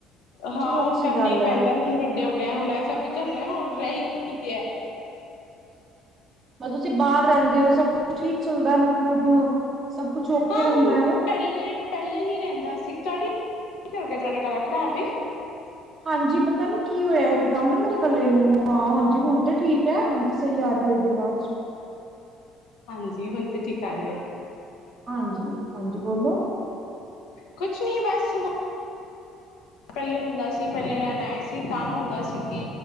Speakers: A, on the left; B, on the right.
A: ਹਾਂ
B: ਚਲੋ
A: ਹੁਣ
B: ਅੱਛੀ
A: ਕਰਨਾ
B: ਗੱਲ
A: ਹੀ
B: ਹੈ
A: ਪੈਂਦਾ ਹੁਣ ਵੱਡਾ ਹੋ ਗਏ ਹੁਣ ਐਸਾ ਵੀ ਕਰਨਾ ਹੋਰ ਰਹੀ ਕੀ ਗਿਆ।
B: ਮਤਲਬ ਤੁਸੀਂ ਬਾਹਰ ਰਹਿੰਦੇ ਹੋ ਸਭ ਕੁਛ ਠੀਕ ਚੱਲਦਾ ਮਤਲਬ ਸਭ ਕੁਛ ਓਕੇ
A: ਹਾਂ
B: ਰਹਿੰਦਾ
A: ਹੁਣ
B: ਹੈ
A: ਪਹਿਲੇ ਪਹਿਲੇ ਨੀ ਰਹਿੰਦਾ ਸੀ ਤੁਹਾਡੀ ਕੀ ਹੋ ਗਿਆ ਤੁਹਾਡਾ ਗਲਾ ਖਰਾਬ ਆ?
B: ਹਾਂਜੀ ਪਤਾ ਨੀ ਕੀ ਹੋਇਆ ਇਕਦਮ ਨਾ ਮੇਰੇ ਗੱਲੇ ਨੂੰ ਹਾਂ ਹਾਂਜੀ ਹੁਣ ਤੇ ਠੀਕ ਹੈ ਹੁਣ ਤੇ ਸਹੀ ਆ ਰਹੀ ਹੋਏਗੀ ਆਵਾਜ।
A: ਹਾਂਜੀ ਹੁਣ ਤੇ ਠੀਕ ਆ ਰਹੀ ਹੈ।
B: ਹਾਂਜੀ, ਹਾਂਜੀ ਬੋਲੋ।
A: ਕੁਛ ਨਹੀਂ ਬਸ। ਪਹਿਲੇ ਹੁੰਦਾ ਸੀ ਪਹਿਲੇ ਰਹਿਣ ਆਏ ਸੀ ਤਾਂ ਹੁੰਦਾ ਸੀ ਕਿ